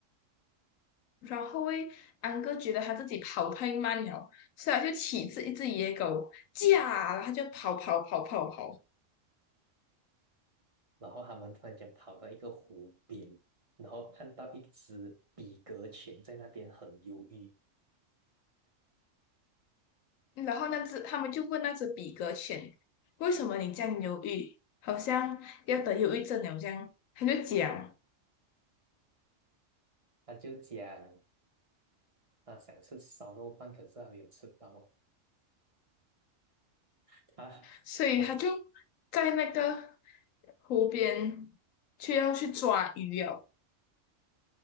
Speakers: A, on the left (about 90°); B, on the right (about 30°).
A: 然后诶，安哥觉得他自己跑太慢了，所以他就骑着一只野狗，驾，然后他就跑跑跑跑跑。
B: 然后他们突然间跑到一个湖边，然后看到一只比格犬在那边很忧郁，
A: 然后那只他们就问那只比格犬，为什么你这样犹豫，好像要得忧郁症了这样，他就讲，
B: 他就讲啊想吃烧肉饭，可是还没有吃到。<laughs> 啊啊，
A: 所以他就在那个湖边却要去抓鱼哦，